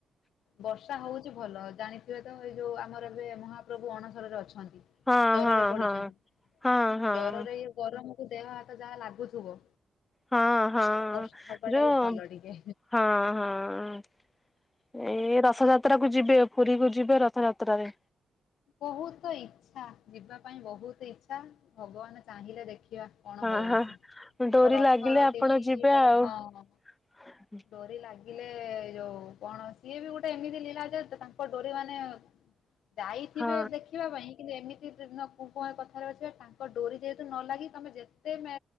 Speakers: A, on the left; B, on the left.
A: ବର୍ଷା ହଉଚି ଭଲ ଜାଣିଥିବେ ତ ଏଇ ଯୋଉ ଆମର ଏବେ ମହାପ୍ରଭୁ ଅଣସରରେ ଅଛନ୍ତି।
B: ହଁ
A: ଜରରେ
B: ହଁ
A: ପଡିଛନ୍ତି
B: ହଁ। ହଁ ହଁ
A: ଜରରେ ଇଏ ଗରମକୁ ଦେହ ହାତ ଯାହା ଲାଗୁଥିବ।
B: ହଁ ହଁ
A: ବର୍ଷା ହବାଟା
B: ଯୋଉ
A: ହିଁ ଭଲ ଟିକେ।
B: ହଁ ହଁ ଏଇ ରଥ ଥଯାତ୍ରା କୁ ଯିବେ ପୁରୀ କୁ ଯିବେ ରଥଯାତ୍ରାରେ।
A: ବହୁତ ତ ଇଚ୍ଛା ଯିବା ପାଇଁ ବହୁତ ଇଚ୍ଛା ଭଗବାନ ଚାହିଁଲେ ଦେଖିବା। କଣ
B: ହଁ
A: ହଉଛି।
B: ହଁ ଡୋରି
A: ତ ରଥର
B: ଲାଗିଲେ ଆପଣ
A: ତିନି
B: ଯିବେ
A: ତାର
B: ଆଉ।
A: ହଁ।
B: ହୁଁ <unintelligible>
A: ଡୋରି ଲାଗିଲେ ଏଇ ଯୋଉ କଣ ସିଏ ବି ଗୋଟେ ଏମିତି ଲିଳା ଯେ ତାଙ୍କ ଡୋରି ମାନେ ଯାଇଥିବେ
B: ହଁ
A: ଦେଖି ଦେଖିବା ପାଇଁ କିନ୍ତୁ ଏମିତି ଦିନ କୁଁ କୁ କଥାରେ ଅଛି ବା ତାଙ୍କ ଡୋରି ଯେହେତୁ ନ ଲାଗି ତୁମେ ଯେତେ ମା